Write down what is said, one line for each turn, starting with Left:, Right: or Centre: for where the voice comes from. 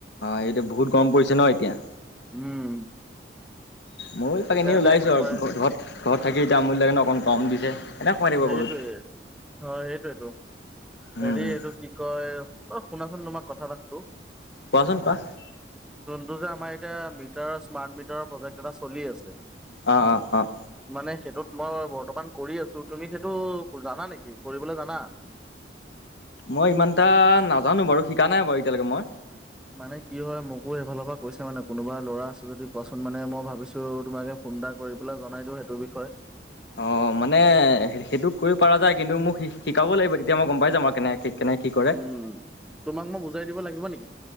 Left: অ' এইটো বহুত গৰম পৰিছে ন এতিয়া।
Centre: উম,
Left: ময়ো এপাক
Centre: সেইকাৰণে
Left: এনে ওলাইছো
Centre: একেবাৰে
Left: আৰু ঘৰত ঘৰত থাকি এতিয়া আমনি লাগে অকণ গৰম দিছে। এনে সোমাই থাকিব
Centre: সেইটোৱে
Left: বহুত
Centre: হয় সেইটোয়েইটো
Left: উম
Centre: হেৰি
Left: উম
Centre: এইটো কি কয় অ' শুনাচোন তোমাৰ কথা এটা সুধো।
Left: কোৱাচোন কোৱা।
Centre: সিটো যে আমাৰ এতিয়া মিটাৰৰ স্মাৰ্ট মিটাৰৰ প্ৰজেক্ট এটা চলি আছে।
Left: অহ-অহ-অহ।
Centre: মানে সেইটোত মই বৰ্তমান কৰি আছোঁ। তুমি সেইটো জানা নেকি কৰিবলৈ জানা।
Left: মই ইমান এটা নাজানো বাৰু শিকা নাই বাৰু এতিয়ালৈকে মই।
Centre: মানে কি হয় মোকো সেইফালৰ পৰা কৈছে মানে কোনোবা ল'ৰা আছো যদি কোৱাচোন মানে মই ভাবিছো তোমাকে ফোন এটা কৰি পেলাই জনাই দিও সেইটো বিষয়ে।
Left: অ' মানে সেইটো কৰিব পৰা যায় কিন্তু মোক শিকাব লাগিব কেতিয়া মই গম পাই যাম। কেনে কেনেকে কি কৰে
Centre: উম, তোমাক মই বুজাই দিব লাগিব নেকি?